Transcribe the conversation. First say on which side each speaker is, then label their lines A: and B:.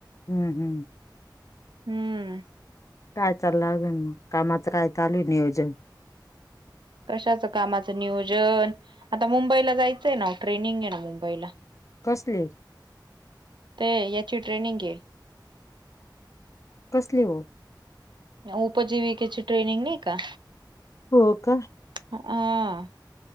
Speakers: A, on the left; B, on the right.
A: हम्म हम्म
B: हम्म
A: काय चालल आजुन. कामाच काय चालूय नियोजन.
B: कशाच कामाच नियोजन, आता मुंबईला जायचय ना हो ट्रेनिंग आहे ना मुंबईला.
A: कसले
B: ते याची ट्रेनिंग आहे.
A: कसली हो.
B: उपजीवीकेची ट्रेनिंग नाही का?
A: हो का
B: ह